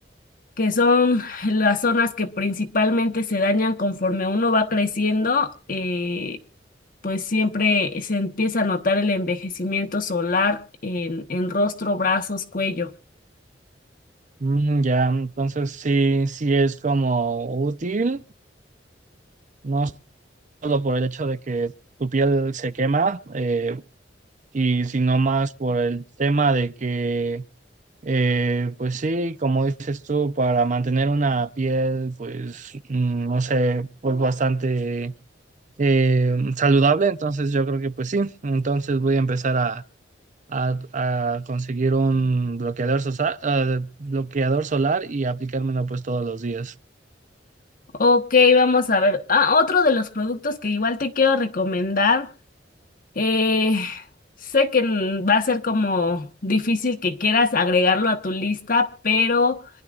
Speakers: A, on the left; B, on the right.
A: que son las zonas que principalmente se dañan conforme uno va creciendo, eh, pues siempre se empieza a notar el envejecimiento solar en, en rostro, brazos, cuello.
B: Mm, ya, entonces sí, sí es como útil, no solo por el hecho de que tu piel se quema, eh, y sino más por el tema de que, eh, pues sí, como dices tú, para mantener una piel, pues, mm, no sé, pues bastante eh, saludable, entonces yo creo que pues sí, entonces voy a empezar a, a- a conseguir un bloqueador, sosa- eh, bloqueador solar y aplicármelo pues todos los días.
A: Ok, vamos a ver. Ah, otro de los productos que igual te quiero recomendar Eh, sé que n- va a ser como difícil que quieras agregarlo a tu lista, pero